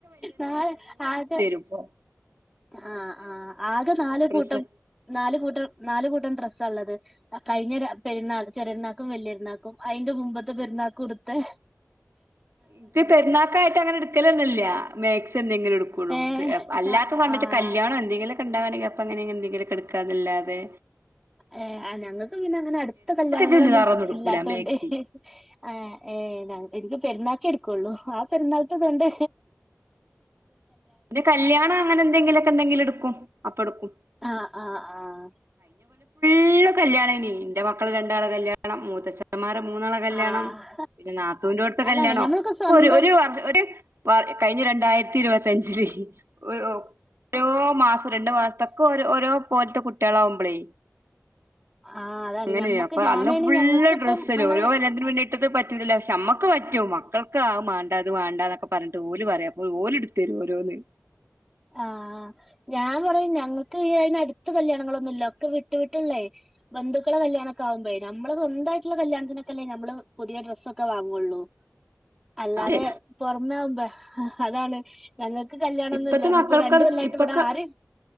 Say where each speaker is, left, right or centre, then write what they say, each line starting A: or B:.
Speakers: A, in the centre; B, on the right.
A: നാല് ആകെ
B: ച്ചോ
A: ആ ആ ആകെ നാല്
B: ഡ്രസ്സ്
A: കൂട്ടം നാ ല് കൂട്ടം നാല് കൂട്ടം ഡ്രസ്സാള്ളത് അ കഴിഞ്ഞൊര പെര്ന്നാൾ ചെറിയെര്ന്നാക്കും വല്യര്ന്നാക്കും ഐന്റൊമു മുമ്പത്തെ പെരുന്നാക്കുട്ത്തെ
B: ഇൻക്ക് പെര്ന്നാക്കായിട്ട് അങ്ങനെ ഇട്ക്കലൊന്നുല്ല മേക്സി എന്തെങ്കിലുട്ക്കുള്ളൂ
A: ഏഹ്
B: ത് അല്ലാ <unintelligible>
A: ആഹ്
B: കല്യാണൊ എന്തെങ്കിലൊക്കെ ഇണ്ടാവാണെങ്കില് അപ്പങ്ങനെന്തങ്കിലൊക്കെ ഇട്ക്കാന്നല്ലാതെ
A: ഏ അ ഞങ്ങൾക്ക് പിന്നെ അങ്ങനെ അടുത്ത കല്യാണങ്ങളൊന്നും
B: ചുരിദാറൊന്നും എടുക്കൂല
A: ഇല്ലാത്തോണ്ട്
B: മാക്സി
A: ആ ഏ ഏ ഞ എനിക്ക് പെരുന്നാക്കെ എട്ക്കൊള്ളൂ, ആ പെരുന്നാളത്തെതോണ്ട്
B: പിന്നെ കല്യാണം അങ്ങനെ എന്തെങ്കിലൊക്കെണ്ടങ്കില് ഇട്ക്കും, അപ്പട്ക്കും.
A: ആ ആ ആഹ്.
B: <unintelligible> കല്യാണേനി, ഇന്റെ മക്കളെ രണ്ടാളെ കല്യാണം, മൂത്തച്ഛന്മാരെ മൂന്നാളെ കല്യാണം
A: ആഹ്
B: പിന്നെ നാത്തൂന്റോട്ത്തെ
A: അതാണ്
B: കല്യാണം,
A: ഞമ്മളൊക്കെ
B: ഒക്കെ
A: സ്വന്തം
B: ഒരു ഒര് വർ കഴിഞ്ഞ രണ്ട് <unintelligible> ത്തി ഇരുപത്തിയഞ്ചില് <unintelligible> ഓരോ മാസം രണ്ടു മാസത്തൊക്കെ ഓരോ ഓരോ പോലത്തെ കുട്ടിയാളാവുമ്പളെ
A: ആഹ് അതാണ്
B: അങ്ങനെയ
A: ഞമ്മക്ക്
B: അപ്പൊ
A: ഞാനയ്ന്
B: അന്ന് ഫുള്ള്
A: ഞങ്ങക്കിപ്പം
B: ഡ്രസ്സെനു,
A: അങ്ങനെ
B: ഓരോ കല്യാണത്തിനും വേണ്ടി ഇട്ത്തത് പറ്റൂലല്ലോ, പക്ഷെ അമ്മക്ക് പറ്റൂ മ <unintelligible> അഅ് മാണ്ടാ, ഇത് മാണ്ടാന്നൊക്കെ പർഞ്ഞ്ട് ഓല് പറയാ, അപ്പൊ ഓല്ട്ത്തെരും ഓരോന്ന്
A: ആഹ്, ഞാൻ പറയും ഞങ്ങക്ക് ഈ അതിന് അടുത്ത കല്യാണങ്ങളൊന്നുംല്ല, ഒക്കെ വിട്ടു വിട്ടുള്ളേ ബന്ധുക്കള കല്യാണൊക്കെ ആകുമ്പഴേ, നമ്മളെ സ്വന്തായ്ട്ട്ള്ള കല്യാണത്തിനൊക്കെല്ലേ നമ്മള് പുതിയ ഡ്രസ്സൊക്കെ വാങ്ങൊള്ളൂ. അല്ലാതെ
B: അതെ
A: പൊറമെ ആകുമ്പ, അതാണ് ഞങ്ങക്ക് കല്യാണൊന്നുംല്ല
B: ഇപ്പത്തെ മക്കൾക്ക്
A: രണ്ട് കൊല്ലായിട്ട്
B: ഇപ്പൊക്കെ
A: ഇവിടെ ആര്